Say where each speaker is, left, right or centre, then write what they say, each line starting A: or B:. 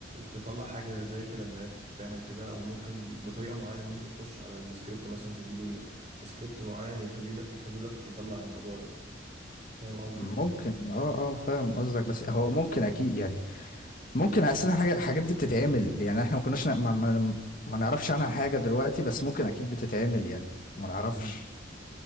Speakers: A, on the right; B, on the left.
A: تطلع حاجه زي كده اللي هي تعمل كده او ممكن بطريقه معينه ان انت تخش على السكريبت مثلا تديله سكريبت معين يخليه لك يخليه لك يطلع الموضوع ده فاهم قصدي
B: فممكن اه اه فاهم قصدك بس هو ممكن أكيد يعني ممكن أساسا حاجة الحاجات دي بتتعمل يعني احنا ما كناش ن- ما... ما... ما نعرفش عنها حاجة دلوقتي بس ممكن أكيد بتتعمل يعني ما نعرفش
A: مم.